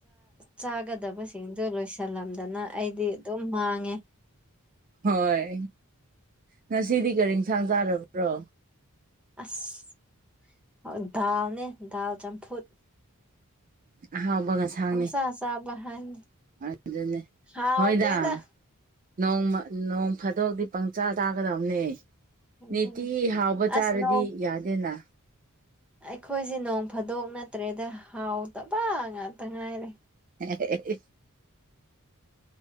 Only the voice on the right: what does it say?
ꯍꯣꯏ ꯉꯁꯤꯗꯤ ꯀꯔꯤꯁꯥꯡ ꯆꯥꯔꯕ꯭ꯔꯣ꯫
ꯑꯍꯥꯎꯕ ꯉꯁꯥꯡꯅꯤ
ꯑꯗꯨꯅꯦ
ꯍꯣꯏꯗ ꯅꯣꯡꯃ ꯅꯣꯡ ꯐꯥꯗꯣꯛꯗꯤ꯫ ꯄꯪꯆꯥ ꯆꯥꯒꯗꯕꯅꯦ
ꯅꯤꯇꯤ ꯍꯥꯎꯕ ꯆꯥꯔꯗꯤ
ꯌꯥꯗꯦꯅ꯫
ꯎ <unintelligible>